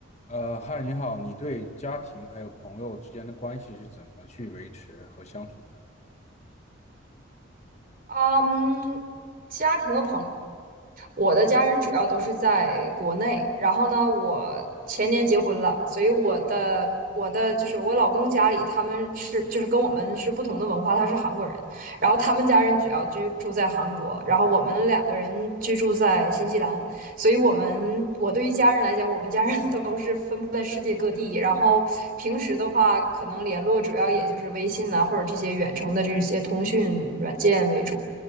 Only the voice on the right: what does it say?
嗯，家庭和朋我的家人主要都是在国内，然后呢，我前年结婚了，所以我的我的就是我老公家里他们是就是跟我们是不同的文化，他是韩国人，然后他们家人主要居住在韩国，然后我们两个人居住在新西兰，所以我们我对于家人来讲，我们家人都是分布在世界各地，然后平时的话，可能联络主要也就是微信啊，或者这些远程的这些通讯软件为主，